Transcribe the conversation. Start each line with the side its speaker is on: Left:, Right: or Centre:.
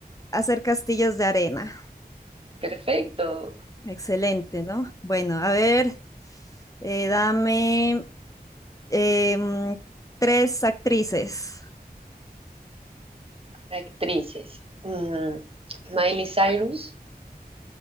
Left: hacer castillos de arena.
Right: Perfecto.
Left: Excelente, ¿no? Bueno, a ver, eh, dame em, tres actrices.
Right: Actrices. Mm, Miley Cyrus,